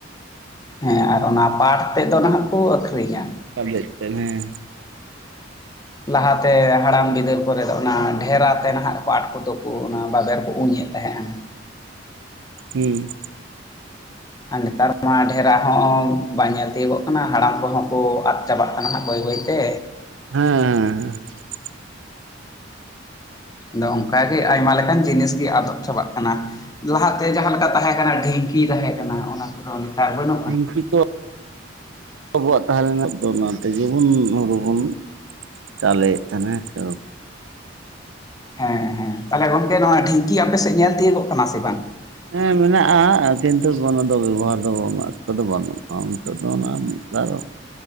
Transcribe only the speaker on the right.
ᱠᱟᱫᱮᱡ ᱛᱮ ᱦᱮᱸ᱾
ᱦᱩᱸ᱾
ᱦᱮᱸ ᱦᱮᱸ ᱦᱮᱸ᱾
ᱰᱷᱤᱝᱠᱤ ᱠᱚ ᱟᱵᱚᱣᱟᱜ ᱛᱟᱦᱮᱸ ᱞᱮᱱᱟ ᱫᱚ ᱚᱱᱟ ᱛᱮᱜᱮ ᱵᱚᱱ ᱦᱩᱲᱩ ᱵᱩᱱ ᱪᱟᱣᱞᱮ ᱮᱫ ᱛᱟᱦᱮᱸᱱᱟ ᱦᱮᱸᱥᱮ ᱵᱟ?
ᱦᱮᱸ ᱢᱮᱱᱟᱜᱼᱟ ᱠᱤᱱᱛᱩ ᱚᱱᱟ ᱫᱚ ᱵᱮᱵᱚᱦᱟᱨ ᱫᱚ ᱩᱱᱟᱹᱜ ᱚᱠᱛᱚ ᱫᱚ ᱵᱟᱹᱱᱩᱜᱼᱟ᱾ ᱱᱤᱛᱚᱜ ᱫᱚ ᱚᱱᱟ <unintelligible>